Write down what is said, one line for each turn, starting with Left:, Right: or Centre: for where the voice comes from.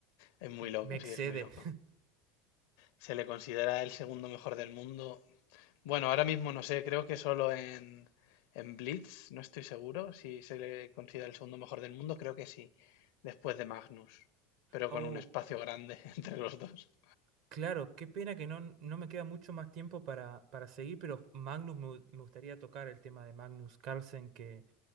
Left: es muy loco,
Right: me excede.
Left: sí, es muy loco.
Right: <laughs>
Left: Se le considera el segundo mejor del mundo Bueno, ahora mismo no sé, creo que solo en, en Blitz, no estoy seguro si se le considera el segundo mejor del mundo, creo que sí, después de Magnus, pero
Right: Oh.
Left: con un espacio grande <laughs> entre los dos.
Right: Claro, qué pena que no, no me queda mucho más tiempo para, para seguir, pero Magnus, me, gu- me gustaría tocar el tema de Magnus Carlsen, que